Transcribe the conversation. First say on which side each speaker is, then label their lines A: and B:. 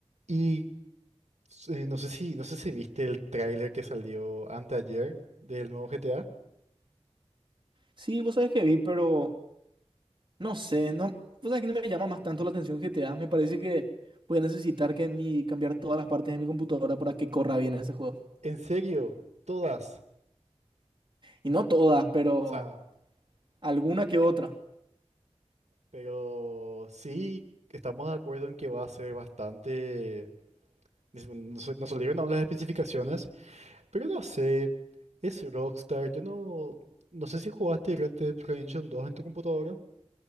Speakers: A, on the right; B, on the right.
A: Y eh, no sé si, no sé si viste el tráiler que salió anteayer del nuevo GTA.
B: Sí, vos sabés que vi, pero no sé, no, vos sabés que no me llama más tanto la atención GTA. Me parece que voy a necesitar que mi, cambiar todas las partes de mi computadora para que corra bien ese juego.
A: En serio, todas.
B: Y no todas, pero
A: O sea,
B: alguna que otra.
A: pero sí estamos de acuerdo en que va a ser bastante. Nos, nos nos salieron aún las especificaciones, pero no sé. Es Rockstar. Yo no. No sé si jugaste Red Dead Redemption dos en tu computadora